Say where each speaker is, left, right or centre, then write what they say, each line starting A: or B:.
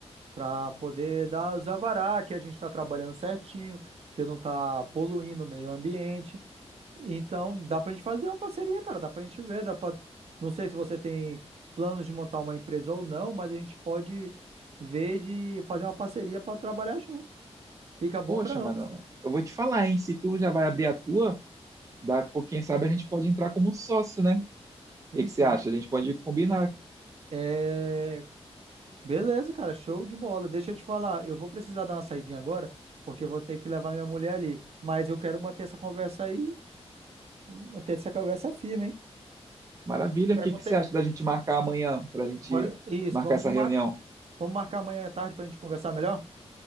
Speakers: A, on the right (about 65°); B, on the right (about 30°).
A: para poder dar os alvará que a gente está trabalhando certinho, que não está poluindo o meio ambiente. Então, dá para a gente fazer uma parceria, cara. Dá para a gente ver, dá para. Não sei se você tem planos de montar uma empresa ou não, mas a gente pode ver de fazer uma parceria para trabalhar junto. Fica bom
B: Poxa,
A: para ambos.
B: mano, eu vou te falar, hein? Se tu já vai abrir a tua, dá, quem sabe a gente pode entrar como sócio, né? O
A: Sim,
B: que que
A: sim.
B: você acha? A gente pode combinar
A: Sim. É... Beleza, cara, show de bola. Deixa eu te falar, eu vou precisar dar uma saidinha agora, porque eu vou ter que levar minha mulher ali. Mas eu quero manter essa conversa aí, manter essa conversa firme, hein?
B: Maravilha.
A: Se tiver
B: O que
A: conte-
B: que você acha da gente marcar amanhã, para a gente
A: Bora... Isso,
B: marcar
A: vamos,
B: essa
A: mar...
B: reunião?
A: vamos marcar amanhã à tarde pra gente conversar melhor?